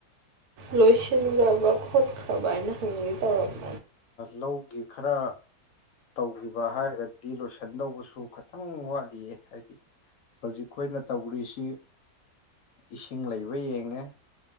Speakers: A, on the right; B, on the left.
A: ꯂꯣꯏꯁꯤꯟꯈ꯭ꯔꯕ ꯈꯣꯠꯈ꯭ꯔꯕ ꯍꯥꯏꯅ ꯍꯪꯉꯤ ꯇꯧꯔ
B: ꯂꯧꯒꯤ ꯈꯔ ꯇꯧꯈꯤꯕ ꯍꯥꯏꯔꯒꯗꯤ ꯂꯣꯏꯁꯤꯟꯗꯧꯕꯁꯨ ꯈꯤꯇꯪ ꯋꯥꯠꯂꯤꯌꯦ ꯍꯥꯏꯗꯤ ꯍꯧꯖꯤꯛ ꯑꯩꯈꯣꯏꯅ ꯇꯧꯔꯤꯁꯤ ꯏꯁꯤꯡ ꯂꯩꯕ ꯌꯦꯡꯉꯦ